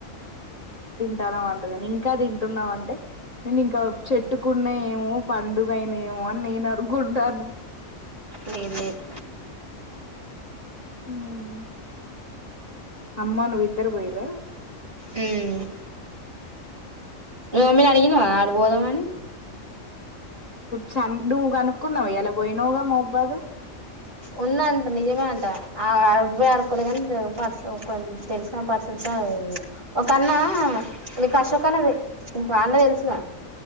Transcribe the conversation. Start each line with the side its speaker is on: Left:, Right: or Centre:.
Left: తన అంటవని ఇంకా తింటున్నావ్ అంటే నేను ఇంకా చెట్టుకునాయి ఏమో పండుగనేమో అని నేను అనుకుంటానా
Right: లేదు లేదు
Left: హ్మ్ అమ్మా నువ్వు ఇద్దరు పోయిరా
Right: మ్మ్ మీ మమ్మీని అడిగినావా అడ పోదామని
Left: చా నువ్వు కనుక్కున్నావా ఈయలా పోయినావుగా మాపూబ్బాదు
Right: ఉందంట నిజమే అంట ఆ అడువే అడుకోలే కాని పర్స ఒక తెలిసిన పర్సన్ ఒక అన్న నీకు అశోక్ అన్న తే ఆ అన్న తెలుసుగా